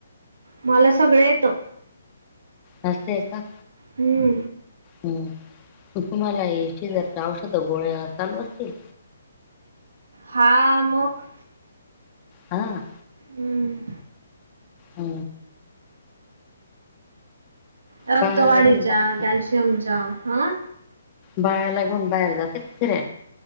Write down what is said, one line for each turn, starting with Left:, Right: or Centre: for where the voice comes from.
Right: मला सगळं येतं
Left: नस्त का
Right: हम्म
Left: हम् तुम्हाला शेजारच्या औषध गोळ्या चालू असतील
Right: हा मग
Left: हा
Right: हम्म
Left: ह
Right: रक्तवाढीच्या
Left: बाळाला घेऊन बाहेर
Right: कॅल्शियमच्या हा
Left: बाळाला ला घेऊन बाहेर जात ति रे